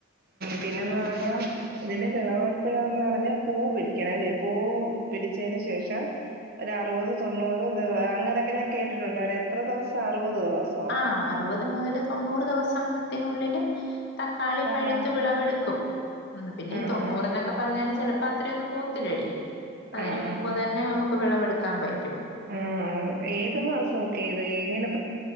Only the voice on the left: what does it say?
ആഹ അറുപത് മുതല് തൊണ്ണൂറ് ദിവസത്തിനുള്ളില് തക്കാളി
പഴുത്തു വിളവെടുക്കും ഉ പിന്നെ ഈ
തൊണ്ണൂറ്ന്നൊക്കെ
പറഞ്ഞാല് ചിലപ്പോ അത്രയൊന്നും പോകത്തില്ലടി അതിന്
മുമ്പ് തന്നെ നമുക്ക് വിളവെടുക്കാൻ പറ്റും